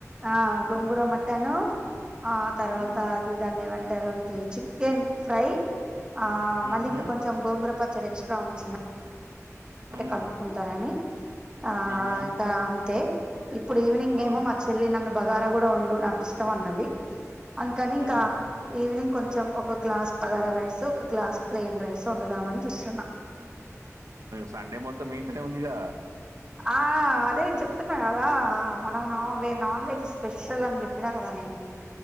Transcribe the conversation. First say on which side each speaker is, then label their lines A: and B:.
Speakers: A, on the right (about 15°); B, on the right (about 80°).
A: ఆహ్. గోంగూర మట్టన్ ఆహ్ తర్వాత
B: ఉమ్
A: అది దాన్నేమంటారు. <unintelligible> చికెన్ ఫ్రై ఆహ్
B: ఉహు
A: మళ్ళి ఇంకా కొంచెం గోంగూర. పచ్చడి ఎక్స్ట్రా ఉంచిన.
B: ఉమ్
A: తేకన్ అనుకుంటారని ఆహ్
B: ఆహా
A: ఇంకా అంతే. ఇప్పుడు ఈవినింగ్
B: ఆ
A: ఏమో మా చెల్లి నన్ను బగారా కూడా వండు నాకు ఇష్టం అన్నది. అందుకని ఇంకా
B: ఉమ్
A: ఈవినింగ్. కొంచం ఒక గ్లాస్ బాగరా రైస్ ఒక గ్లాస్ ప్లెయిన్ రైస్ వండుదామని చూస్తున్నా.
B: సండే మొత్తం మీఇంట్లానే ఉందిగా.
A: ఆహ్ అదే నేను చెప్తున్నా కదా. మనం non veg non veg special అని చెప్పినా కదా నేను.